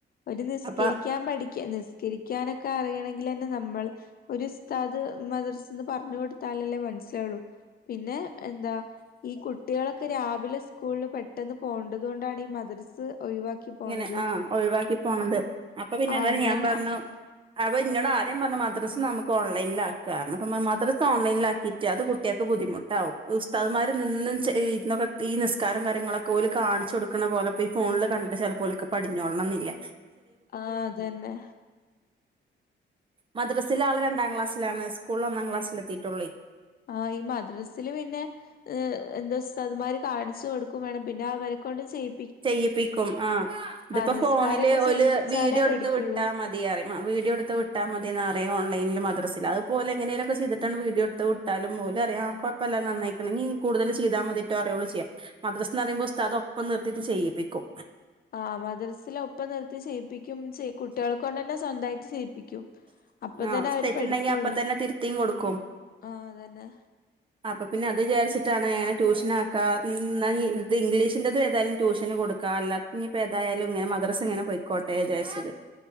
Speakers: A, on the left; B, on the right.
A: ഓര് നിസ്കരിക്കാൻ
B: അപ്പൊ
A: പഠിക്ക നിസ് ക്കരിക്കാനൊക്കെ അറിയണെങ്കിലന്നെ നമ്മള് ഒര് ഉസ്താദ് മദ്രസിന്ന് പറഞ് കൊട് ത്താലല്ലേ മനസ്സിലാവുള്ളു പിന്നെ എന്താ ഈ കുട്ടികളൊക്കെ രാവിലെ സ്കൂളില് പെട്ട് ട്ടെന്ന് പോണ്ടത് കൊണ്ടാണി ഈ മദ്രസ് ഒഴിവാക്കി പോണത്
B: ഇങ്ങനെ ആഹ് ഒഴിവാക്കി പോണത് അപ്പ പിന്നെ
A: ആഹ്
B: എന്തായാലും
A: അങ്ങനെ
B: ഞാൻ പറഞ്ഞു
A: ആഹ്
B: അപ്പ ഇന്നോട് ആ ത്യം പറഞ്ഞ മദ്രസ് നമ്മക്ക്‌ ഓലൈൻലിലാക്കാം കാരണം അപ്പ മദ്രസ് ഓൺലൈൻലിലാക്കിറ്റ് അത് കുട്ട്യാക്ക് ബുദ്ധിമുട്ടാവും ഉസ്താദ്മാര് നിന്ന് ചെയ്യ്ന്നൊക്കെ ഈ നിസ്കാരം കാര്യങ്ങളൊക്കെ ഓല് കാണിച്ച് കൊട്ക്കണ പോലെ ഇപ്പ ഈ ഫോണില് ക ചെലപ്പ ഓൽക്ക്‌ പടിഞ്ഞോ <unintelligible> ൾണംന്നില്ല
A: ആഹ് അത് തന്നെ
B: മദ്രസില് ആള് രണ്ടാംക്ലാസിലാണ് സ്കൂളില് ഒന്നാം ക്ലാസിലെത്തിട്ടൊള്ളേ
A: ആഹ് ഈ മദ്രസില് പിന്നെ എന്താ ഉസ്താദ്മാര് കാണിച്ച് കൊട്ക്കുംവേണം പിന്നെ അവരെക്കൊണ്ട് ചെയ്യ്
B: ചെയ്യിപ്പിക്കും ആഹ് ഇതിപ്പോ
A: നിസ്കാരൊക്കെ
B: ഫോണില് ഓല്
A: ചെയ്യിപ്പിച്ചാലേ
B: വീഡിയോ എട്ത്ത്
A: പഠിക്കുള്ളൂ
B: വിട്ടാമതി തിറയും വീഡിയോ എട്ത്ത് വിട്ടാമതി എന്ന് പറയും ഓൺലൈനില് മദ്രസില് അതുപോലെ എങ്ങനെലുക്കെ ചെയ്തിട്ട് വീഡിയോ എട്ത്ത് വി ട്ടാലും ഓല് പറയും ആഹ് കൊഴപ്പല്ല നന്നായിക്ക്‌ണ് ഇഞ്ഞി കൂടതല് ചെയ്താമതിട്ടൊ അതേപോലെ ചെയ്യാം മദ്രസിന്ന് എന്ന് പറയുമ്പോ ഉസ്താദ് ഒപ്പം നിർത്തിയിട്ട് ചെയ്യിപ്പിക്കും
A: ആഹ് മദ്രസില് ഒപ്പം നിർത്തി ചെയ്യിപ്പിക്കും ചെ ഈ കുട്ടികളെകൊണ്ട് തന്നെ സ്വന്തായിട്ട് ചെയ്യിപ്പിക്കും. അപ്പതന്നെ
B: ആഹ്
A: അവര്
B: തെറ്റുണ്ടെങ്കി
A: പഠിക്കുള്ളൂ
B: അപ്പ തന്നെ തിരുത്തിയും കൊടുക്കും
A: ആഹ് അത് തന്നെ
B: അപ്പൊ പിന്നെ അത് വിചാരിച്ചിട്ടാണ് എങ്ങനെ ട്യൂഷനാക്കാം മ്മ് ഇത് ഇംഗ്ലീഷിന്റെറത് ഏതായാലും ട്യൂഷന് കൊടുക്കാ അല്ലാ ഇനിയിപ്പോ എതായാലും ഇങ്ങനെ മദ്രസ് ഇങ്ങനെ പോയിക്കോട്ടെ വിചാരിച്ചത്